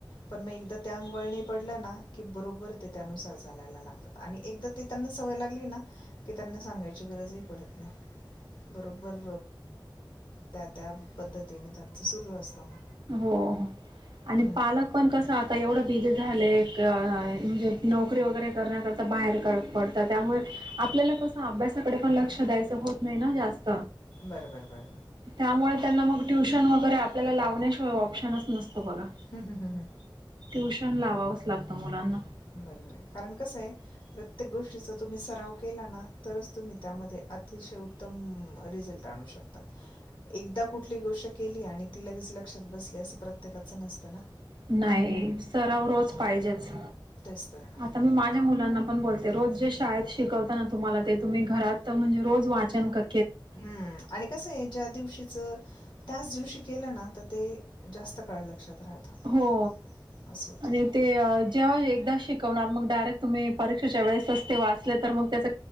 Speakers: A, on the left; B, on the right.
A: पण मग एकदा त्या अंग वळणी पडलं ना की बरोबर ते त्यानुसार चालायला लागतात आणि एकदा ते त्यांना सवय लागली ना की त्यांना सांगायची गरजही पडत नाही बरोबर त्या त्या पद्धतीने त्यांचं सुरू असतं मग
B: हो आणि
A: हं हं.
B: पालक पण कसा आता एवढं बेग झा म्हणजे नोकरी वगैरे करण्याकरता बाहेर पडत
A: पड
B: त्यामुळे आपल्याला स अभ्यासाकडे पण लक्ष द्यायचं होत नाही ना जास्त
A: बर बर बर
B: त्यामुळे त्यांना मग ट्यूशन वगैरे आपल्याला लावण्याशिवाय ऑप्शनच नसते बघा
A: हं हं हं हं.
B: ट्युशन लावावंच लागतं मुलांना
A: बरोबर आहे कारण कस आहे प्रत्येक गोष्टीचा तुम्ही सराव केला ना तरच तुम्ही त्यामध्ये अतिशय उत्तम रिझल्ट आणू शकतात. एकदा कुठली गोष्ट केली आणि ती लगेच लक्षात बसली असं प्रत्येकाच नसतं ना.
B: नाही सराव रोज पाहिजेच
A: तेच तर ना.
B: आता मी माझ्या मुलांना ण बोलते रोज जे शाळेत शिकवत ना तुम्हाला ते तुम्ही घरात म्हणजे रोज वाचन कर
A: हम्म आणि कसं आहे ज्या दिवशीच त्याच दिवशी केलं ना तर ते जास्त काळ लक्षात राहतं
B: हो.
A: असं होतं
B: आणि ते
A: अ,
B: जेव्हा एकदा शिकवणार मग डायरेक्ट तुम्ही परीक्षेच्या वेळेस सस्ते वाचले तर मग त्याच